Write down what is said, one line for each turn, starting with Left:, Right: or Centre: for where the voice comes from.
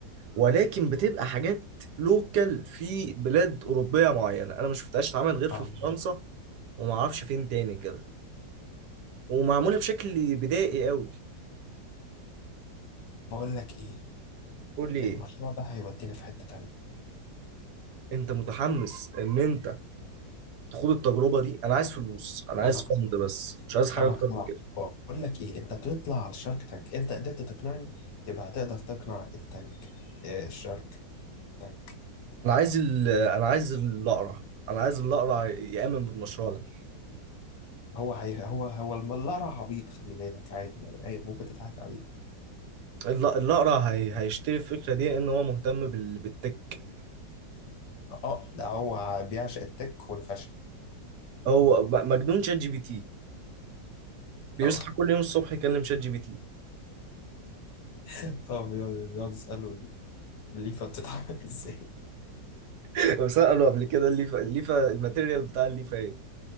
Right: ولكن بتبقى حاجات لوكال في بلاد أوروبية معينة أنا ما شفتهاش اتعملت غير في
Left: آه،
Right: فرنسا ومعرفش فين تاني كده ومعمولة بشكل بدائي قوي
Left: بقول لك ايه
Right: قول لي إيه
Left: المشروع ده هيودينا في حتة تانية
Right: أنت متحمس إن أنت تخوض التجربة دي أنا عايز فلوس أنا عايز
Left: انا اقتنعت
Right: فند بس مش عايز حاجة
Left: انا اقتنعت
Right: أكتر من كده
Left: بقول لك ايه انت تطلع على الشارك تانك انت قدرت تقنعني يبقى هتقدر تقنع التانك إيه الشارك تانك
Right: انا عايز ال... انا عايز الاقرع انا عايز الاقرع يامن بالمشروع ده
Left: هو هي هو هو الملارة عبيط خلي بالك عادي يعني اي ممكن تضحك عليه
Right: الل- الاقرع هي... هيشتري الفكره دي ان هو مهتم بال... بالتك
Left: اه ده هو بيعشق التك والفاشن
Right: هو ب- مجنون شات جي بي تي بيصحى
Left: اه
Right: كل يوم الصبح يكلم شات جي بي تي
Left: <laughs> اه بيقعد بيقعد يسأله الليفة بتتعمل <laughs> ازاي
Right: <laughs> وساله قبل كده الليفه الليفه الماتيريال بتاع الليفه ايه